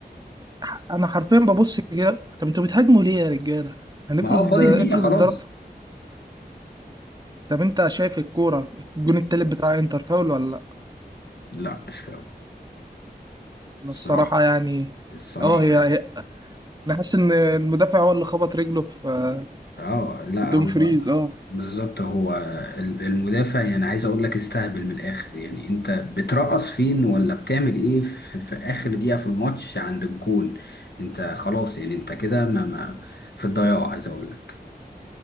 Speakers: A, on the right; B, on the left.
A: ح- انا حرفيا ببص كده طب انتوا بتهاجموا ليه يا رجالة هنفرض
B: ما اه فاضل
A: آه،
B: دقيقة
A: افرض
B: خلاص
A: اتضربت طب انت شايف الكورة الجون التالت بتاع انتر فاول ولا لا
B: لا مش فاول
A: انا
B: الصراحة
A: الصراحة يعني
B: الصراحة
A: اه هي
B: يعني.
A: هي- انا حاسس ان المدافع هو اللي خبط رجله في آه،
B: اه لا
A: في دومفريز
B: هو
A: اه
B: بالظبط هو ال- المدافع يعني عايز اقول لك استهبل من الاخر يعني انت بترقص فين ولا بتعمل ايه في, في اخر دقيقة في الماتش عند الجون انت خلاص يعني انت كده ما, ما في الضياع عايز اقول لك